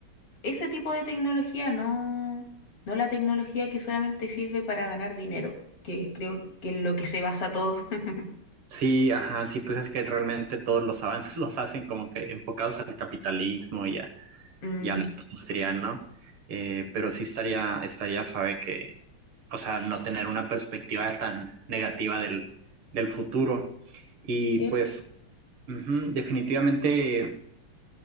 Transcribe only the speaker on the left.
Ese tipo de tecnología, no, no la tecnología que solamente sirve para ganar dinero, que creo que es lo que se basa todo. <laughs>
Mm,
Cierto.